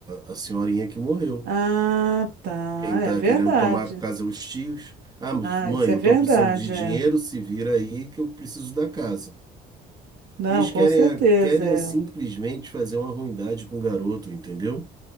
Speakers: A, on the right; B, on the right.
A: a, a senhorinha que morreu.
B: Ah, tá.
A: Quem
B: É
A: tá
B: verdade.
A: querendo tomar a casa é os tios. Ah, mas
B: Ah,
A: mãe,
B: isso é
A: eu
B: verdade,
A: tô precisando de dinheiro,
B: é.
A: se vira aí que eu preciso da casa.
B: Não,
A: Eles
B: com
A: querem,
B: certeza,
A: a- querem
B: é.
A: simplesmente fazer uma ruindade com o garoto, entendeu?